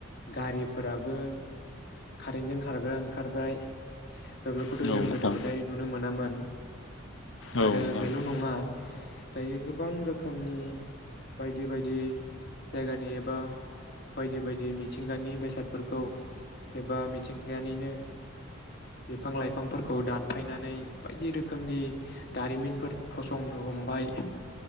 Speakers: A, on the left (about 50°); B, on the left (about 65°).
A: गारिफोराबो कारेन्टजों खारग्रा ओंखारबाय। बेफोरखौथ'
B: औ नोंथां
A: जों गोदो गोदाय नुनो मोनामोन।
B: औ नोंथां
A: आरो बेल' नङा दायो गोबां रोखोमनि बायक बायदि बायदि जायगानि एबा बायदि बायदि मिथिंगानि बेसादफोरखौ एबा मिथिंगानिनो बिफां लाइफांफोरखौ दानफायनानै बायदि रोखोमनि दारिमिनफोर फसंनो हमबाय